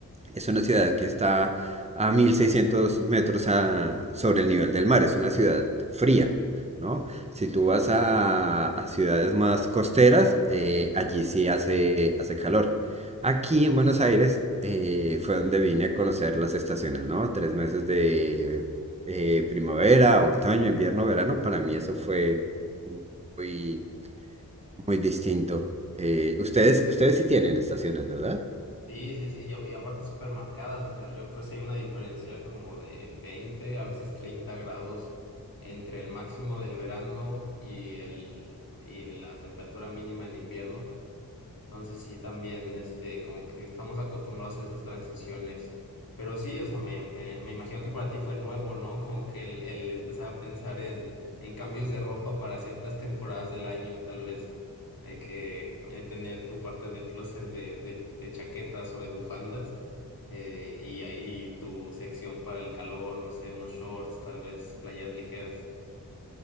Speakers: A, on the right; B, on the left.
A: Es una ciudad que está a 1600 metros a- sobre el nivel del mar. Es una ciudad fría, ¿no? Si tú vas a, a ciudades más costeras, eh, allí sí hace, hace calor. Aquí en Buenos Aires eh, fue donde vine a conocer las estaciones, ¿no? Tres meses de eh, primavera, otoño, invierno, verano. Para mí eso fue muy, muy distinto. Eh, ustedes, ustedes sí tienen estaciones, ¿verdad?
B: Sí, sí, sí, y, a- y aparte súper marcadas, o sea, yo creo que sí hay una diferencia como de 20 a veces 30 grados entre el máximo del verano y, el, y la temperatura mínima en invierno. Entonces sí, también, este, como que estamos acostumbrados a esas transiciones. Pero sí, o sea, me, me, me imagino que para ti fue nuevo, ¿no? Como que el, el empezar a pensar en, en cambios de ropa para ciertas temporadas del año, tal vez, de que eh, tener tu parte del closet de, de, de chaquetas o de bufandas, eh, y, ahí- y tu sección para el calor, no sé, unos shorts, tal vez, playas ligeras.